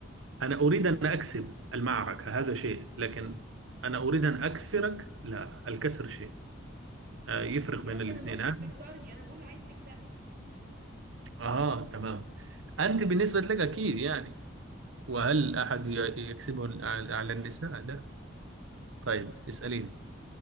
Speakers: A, on the right; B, on the right.
A: أنا أريد أن أكسب المعركة هذا شيء لكن أنا أريد أن أكسرك لا الكسر شيء آه، يفرق
B: يا
A: بين
B: اما
A: الاثنين
B: انا ما قلتش
A: ها
B: تكسرني انا بقول عايز تكسبني
A: آه تمام أنت بالنسبة لك أكيد يعني وهل أحد ي- يكسبه ال- على على النساء؟ لا طيب اسأليني